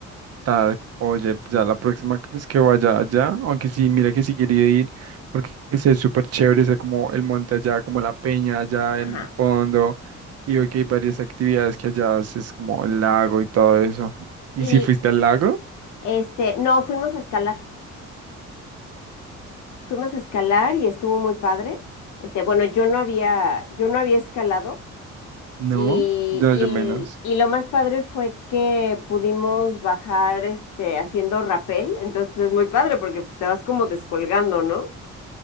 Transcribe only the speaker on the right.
tal, oye, ya la próxima vez que vaya allá, aunque sí, mira que sí quería ir, porque ese es súper chévere, ese como el monte allá, como la peña allá
en el fondo, y veo que hay varias actividades que allá haces, como el lago y todo eso. ¿Y
si fuiste al lago?
No,
no,
yo menos.